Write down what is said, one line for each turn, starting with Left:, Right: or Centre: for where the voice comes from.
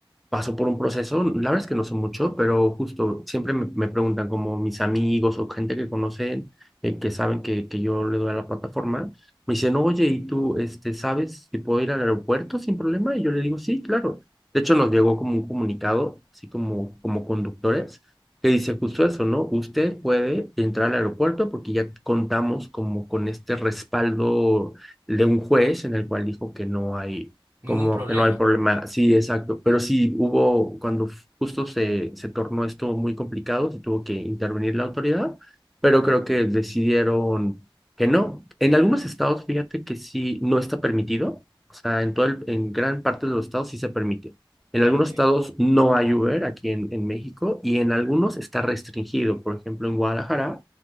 Centre: pasó por un proceso, la verdad es que no sé mucho, pero justo siempre me, me preguntan como mis amigos o gente que conocen, eh, que saben que, que yo le doy a la plataforma, me dicen, oye, ¿y tú este, sabes si puedo ir al aeropuerto sin problema? Y yo le digo, sí, claro. De hecho, nos llegó como un comunicado, así como, como conductores, que dice justo eso, ¿no? Usted puede entrar al aeropuerto porque ya contamos como con este respaldo de un juez en el cual dijo que no hay
Right: Ningún
Centre: como
Right: problema.
Centre: que no hay problema. Sí, exacto. Pero sí hubo, cuando justo se, se tornó esto muy complicado, se tuvo que intervenir la autoridad, pero creo que decidieron que no. En algunos estados, fíjate que sí, no está permitido. O sea, en todo el- en gran parte de los estados sí se permite. En
Right: Ah,
Centre: algunos
Right: Okay,
Centre: estados no hay Uber aquí en, en México y en algunos está restringido. Por ejemplo, en Guadalajara,